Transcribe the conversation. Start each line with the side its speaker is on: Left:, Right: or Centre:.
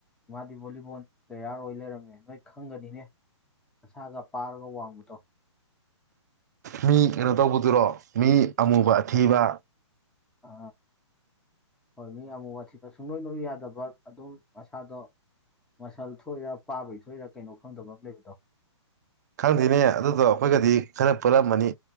Centre: ꯃꯥꯗꯤ ꯚꯣꯂꯤꯕꯣꯜ ꯄ꯭ꯂꯦꯌꯥꯔ ꯑꯣꯏ ꯂꯩꯔꯝꯃꯦ ꯅꯣꯏ ꯈꯪꯒꯅꯤꯅꯦ ꯃꯁꯥꯒ ꯄꯥꯔꯒ ꯋꯥꯡꯕꯗꯣ
Right: ꯃꯤ ꯀꯩꯅꯣ ꯇꯧꯕꯗꯨꯔꯣ ꯃꯤ ꯑꯃꯨꯕ ꯑꯊꯤꯕ
Centre: ꯑ ꯍꯣꯏ ꯃꯤ ꯌꯥꯝꯃꯨꯋꯥꯗꯤꯁꯨ ꯁꯨꯡ ꯅꯣꯏ ꯅꯣꯏ ꯌꯥꯗꯕ ꯑꯗꯨꯝ ꯃꯁꯥꯗꯣ ꯃꯁꯜ ꯊꯣꯛꯏꯔꯥ ꯄꯥꯕꯒꯤ ꯊꯣꯛꯏꯔꯥ ꯀꯩꯅꯣ ꯈꯪꯗꯕ ꯑꯃ ꯂꯩꯕꯗꯣ
Right: ꯈꯪꯗꯦꯅꯦ ꯑꯗꯨꯗꯣ ꯑꯩꯈꯣꯏꯒꯗꯤ ꯈꯔ ꯄꯨꯜꯂꯝꯃꯅꯤ